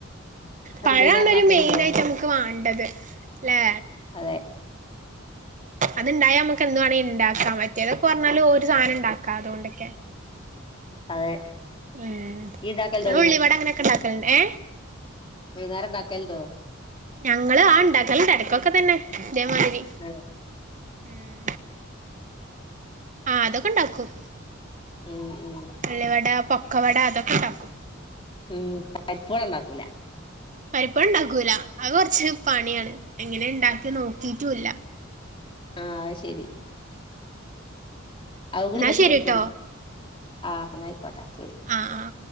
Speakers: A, on the right; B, on the left.
A: പഴം
B: വൈന്നേരം
A: ആണൊരു
B: ഉണ്ടാക്കലുണ്ടോ
A: മെയിൻ ആയിട്ട് നമുക്ക് വേണ്ടത് അല്ലേ
B: അതെ
A: അതുണ്ടായാ നമുക്ക് എന്തു വേണേ ഇണ്ടാക്കാൻ പറ്റിയതൊക്കെ പറഞ്ഞാലും ഒരു സാധനം ഉണ്ടാക്കാം അതുകൊണ്ടൊക്കെ
B: അതെ
A: ഉം
B: ഇയ്യ് ഉണ്ടാക്കലുണ്ടോ
A: ഉള്ളി വട അങ്ങനൊക്കെ ഉണ്ടാക്കലണ്ട് ഏ
B: വൈകുന്നേരം ഉണ്ടാക്കലുണ്ടോ
A: ഞങ്ങള് ആഹ് ഉണ്ടാക്കലുണ്ട് ഇടയ്ക്കൊക്കെ തന്നെ അതേമാതിരി
B: ഉം
A: ഉം ആഹ് അതൊക്കെ ഉണ്ടാക്കും
B: ഉം ഉം
A: ഉള്ളി വട പ ക്കുവട അതൊക്കെ ഉണ്ടാക്കും
B: ഉം <unintelligible> ഇപ്പോള് ഉണ്ടാക്കൂല
A: പരിപ്പ് വട ഉണ്ടാക്കൂല അത് കൊറച്ച് പണിയാണ് എങ്ങനെ ഇണ്ടാക്കി നോക്കിട്ടും ഇല്ല
B: ആഹ് അത് ശരി അവ കൂടി
A: ഇന്നാ
B: നോക്കി
A: ശരിട്ടോ
B: പഠിക്കാൻ എന്നാ ആയിക്കോട്ടെ ശരി
A: ആഹ് ആഹ്